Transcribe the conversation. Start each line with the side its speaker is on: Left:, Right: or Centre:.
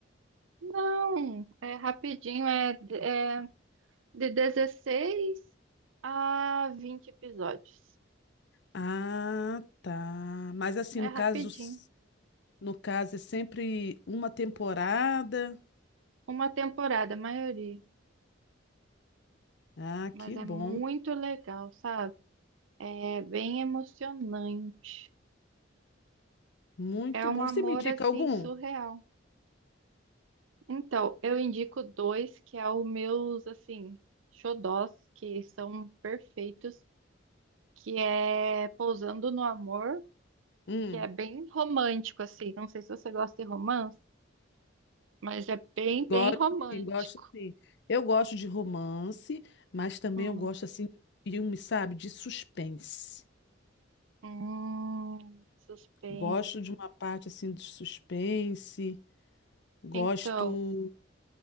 Right: Não, é rapidinho, é, de- é de 16 a 20 episódios.
Left: Ah, tá. Mas assim,
Right: É
Left: no
Right: rapidinho.
Left: caso, s- no caso é sempre uma temporada.
Right: Uma temporada, a maioria.
Left: Ah,
Right: Mas
Left: que
Right: é
Left: bom.
Right: muito legal, sabe? É bem emocionante.
Left: Muito
Right: É um
Left: bom.
Right: amor
Left: Você me indica
Right: assim
Left: algum?
Right: surreal. Então, eu indico dois que é o meus, assim, xodós, que são perfeitos, que é Pousando no Amor,
Left: Hum.
Right: que é bem romântico, assim. Não sei se você gosta de romance, mas é bem,
Left: Gosto,
Right: bem romântico.
Left: sim, gosto sim. Eu gosto de romance, mas também
Right: Hum,
Left: eu gosto assim de filme, sabe, de suspense.
Right: hum, suspense.
Left: Gosto de uma parte assim de suspense. Gosto.
Right: Então,